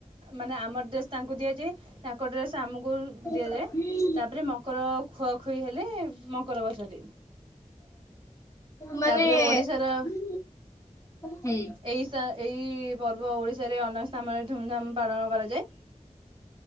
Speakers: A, on the right; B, on the left.
A: ମାନେ ଆମ ଡ୍ରେସ୍ ତାଙ୍କୁ ଦିଆଯାଏ ତାଙ୍କ ଡ୍ରେସ୍ ଆମକୁ ଦିଆଯାଏ
B: ହୁଁ
A: ତାପରେ ମକର ଖୁଆଖୁଇ ହେଲେ ମକର ବସନ୍ତି।
B: ମାନେ
A: ତାପରେ ଓଡ଼ିଶାର
B: ହୁଁ ହୁଁ
A: ଏଇସ ଏହି ପର୍ବ ଓଡ଼ିଶାରେ ଅନେକ ସ୍ଥାନରେ ଧୁମ୍ ଧାମ ପାଳନ କରାଯାଏ